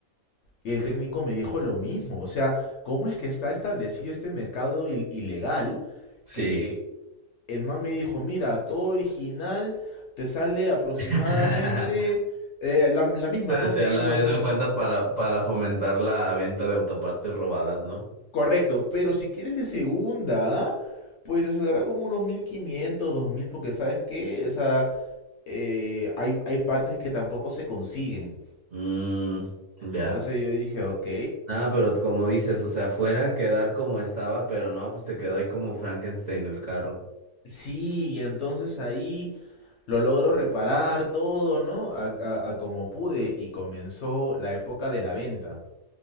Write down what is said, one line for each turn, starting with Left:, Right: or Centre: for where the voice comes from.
Left: y el técnico me dijo lo mismo, o sea, ¿cómo es que está establecido este mercado il- ilegal?
Right: Sí.
Left: Que el man me dijo, mira, todo original te sale aproximadamente
Right: <laughs>
Left: eh, la, la misma,
Right: O
Left: ¿no?
Right: sea,
Left: Me dijo,
Right: la misma
Left: "te- te-
Right: cuenta
Left: eh,
Right: para, para fomentar la venta de autopartes robadas, ¿no?
Left: correcto, pero si quieres de segunda, pues te saldrá como unos mil quinientos dos mil porque sabes que, o sea, eh, hay, hay partes que tampoco se consiguen.
Right: Mm, ya.
Left: Entonces yo dije, ok,
Right: Ah, pero como dices, o sea, fuera quedar como estaba, pero no, pues te quedó ahí como Frankenstein el carro.
Left: sí, y entonces ahí... Lo logro reparar todo, ¿no? A, a- a como pude y comenzó la época de la venta.